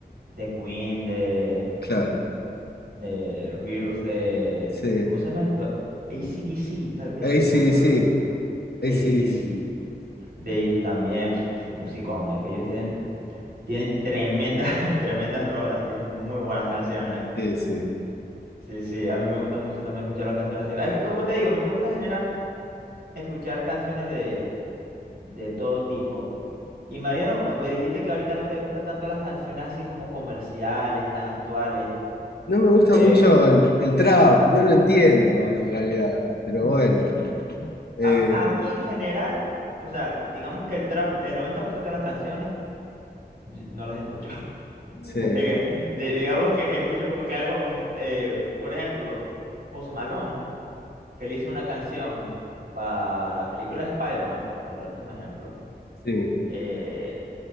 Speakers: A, on the right; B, on the left.
A: de Queen, de,
B: claro,
A: de los Virus, de...
B: sí.
A: ¿Cómo se llama esto? ACDC, tal vez,
B: Ahí
A: no
B: sí,
A: me acuerdo
B: sí,
A: el nombre.
B: ahí
A: ACDC,
B: sí, sí,
A: de ellos también, pff, musicón, es que ellos tienen, tienen tremendas, <laughs> tremendas rolas, tienen muy buenas canciones.
B: sí. sí.
A: Sí, sí, a mí me gusta mucho también escuchar las canciones así. Es que, como te digo, a mí me gusta en general escuchar canciones de, de todo tipo. Y Mariano, pues pues dijiste que ahorita no te gustan tanto las canciones así como comerciales, tan actuales.
B: No me gusta
A: Eh,
B: mucho el, el trap, no lo entiendo en realidad, pero bueno, eh,
A: a, a mí en general, o sea, digamos que el trap, el 90% de las canciones yo no las escucho. <laughs>
B: sí,
A: Oiga, di- Digamos que escucho como que algo, mm, eh, por ejemplo, Post Malone, que le hizo una canción para la película de Spider-Man, por darte un ejemplo.
B: sí,
A: eh,